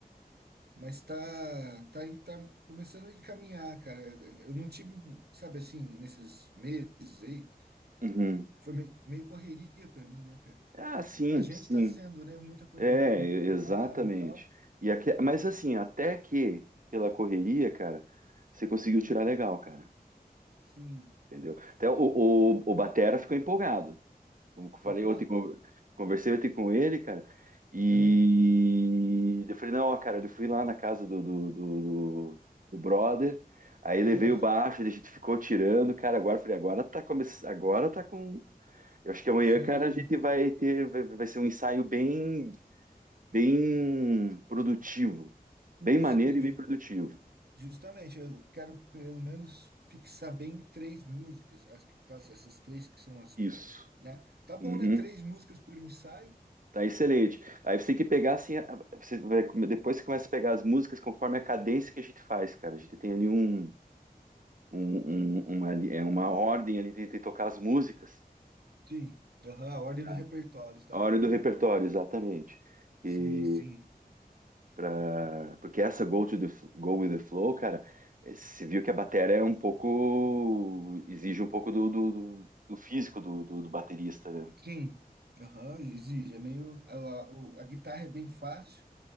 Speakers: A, on the right; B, on the right.
A: Mas tá, tá, em- tá começando a encaminhar, cara. Eu não tive, sabe assim, nesses meses aí,
B: Uhum.
A: foi meio, meio correria pra mim, né, cara?
B: Ah, sim,
A: Pra gente
B: sim.
A: tá sendo, né, muita correria,
B: É,
A: muito
B: e-
A: trabalho
B: exatamente.
A: e tal.
B: E aque- mas assim, até que pela correria, cara, você conseguiu tirar legal, cara.
A: Sim,
B: Entendeu? Até
A: aham.
B: o, o, o Batera ficou empolgado. Como eu falei
A: Ficou?
B: ontem, con- conversei ontem com ele, cara, e
A: Aham,
B: eu falei, não, ó, cara, eu fui lá na casa do, do, do, do- do brother, aí
A: aham.
B: levei o baixo, a gente ficou tirando, cara, agora eu falei, agora tá começando, agora tá com. Eu acho que amanhã,
A: Sim,
B: cara, a gente vai ter, vai, vai ser um ensaio bem, bem produtivo, bem maneiro
A: sim,
B: e
A: ju-
B: bem produtivo.
A: justamente. Eu quero pelo menos fixar bem três músicas, as- aquelas- essas três que são as
B: Isso.
A: que, né? Tá bom,
B: Uhum.
A: né? Três músicas por ensaio?
B: Tá excelente. Aí você tem que pegar assim, a- você vai, depois você começa a pegar as músicas conforme a cadência que a gente faz, cara. A gente tem ali um, um- um- uma, li- é uma ordem ali de, de tocar as músicas.
A: Sim, aham, a ordem
B: Tá.
A: do repertório está
B: A
A: falando,
B: hora do repertório,
A: né?
B: exatamente. E
A: Sim, sim,
B: pra, porque essa Go to the, F- Go with the Flow, cara, eh, você viu que a bateria é um pouco, exige um pouco do, do, do- do físico do, do, do baterista, né?
A: sim. Aham, exige. É meio. A, a, o- a guitarra é bem fácil,